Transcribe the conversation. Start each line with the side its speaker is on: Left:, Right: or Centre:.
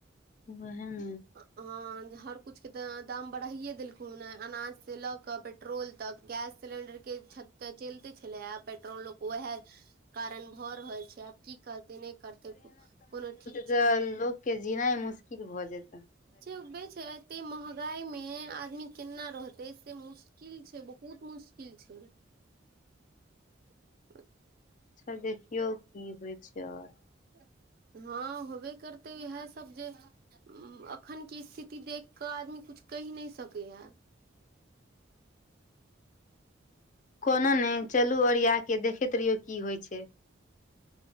Left: वेहे न
Right: हँ हर कुछ के त दाम बढ़ाइये देलखु ह अनाज से लऽ के पेट्रोल तक गैस सिलेंडर के छत चले छलै आब पेट्रोल वएह कारण भऽ रहल छै आब की करते नहि करते कोनो ठीक
Left: त
Right: छै
Left: लोक के जीनाइ मुशकिल भए जेत
Right: चुपे जायते एहिमे आदमी केना रहते से मुश्किल छै बहुत मुश्किल छै <unintelligible>
Left: अच्छा देखियौ की होइ छै आओर
Right: <unintelligible> हँ होबे करते इएह सब जे अखन क स्थिति देख क आदमी कछ कहि नहि सकै यै
Left: कोनो नहि चलू ओरियाके देखैत रहियौ की होइ छै